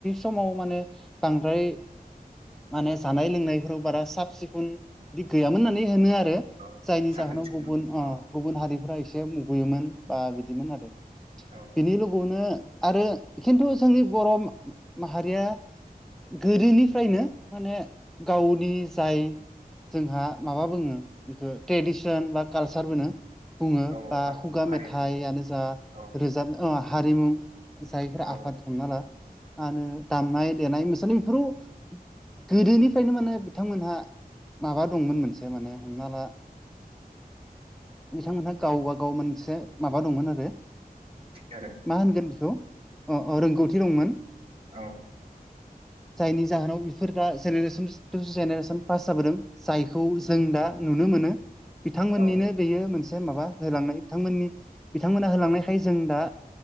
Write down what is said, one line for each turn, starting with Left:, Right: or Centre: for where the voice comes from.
Centre: समाव माने बांद्राय, माने जानाय लोंनायफोराव बारा साफ सिब गुबुन बिदि गैयामोन होननानै होनो आरो
Right: औ
Centre: जायनि
Right: साखोन
Centre: जाहोनाव
Right: सिखोन
Centre: गुबुन अ
Right: औ
Centre: गुबुन हारिफ्रा एसे मुगैयोमोन बा बिदिमोन आरो
Right: औ
Centre: बिनि लोगोआवनो आरो खिन्थु जोंनि बर' माहारिया, गोदोनिफ्रायनो माने गावनि जाय जोंहा माबा बुङो बेखौ ट्रेडिसन बा कालसार होनो बुङो
Right: औ
Centre: बा
Right: हारिमु
Centre: खुगा
Right: हारिमु
Centre: मेथाइयानो जा
Right: औ
Centre: रोजाबनो हारिमु जायफ्रा
Right: औ
Centre: आफाद हमना ला मा होनो दामनाय देनाय मोसानाय बेफोराव गोदोनिफ्रायनो माने बिथांमोनहा माबा दंमोन मोनसे माने हमना ला, बिथांमोनहा गावबा गाव मोनसे माबा दंमोन आरो
Right: आरो
Centre: मा होनगोन बेखौ अ अ रोंगौथि दंमोन
Right: औ
Centre: जायनि जाहोनाव before the generation to generation pass जाबोदों जायखौ
Right: औ
Centre: जों दा नुनो मोनो बिथांमोननिनो
Right: औ
Centre: बेयो मोनसे माबा होलांनाय बिथांमोननि बिथांमोना होलांनायखाय जों दा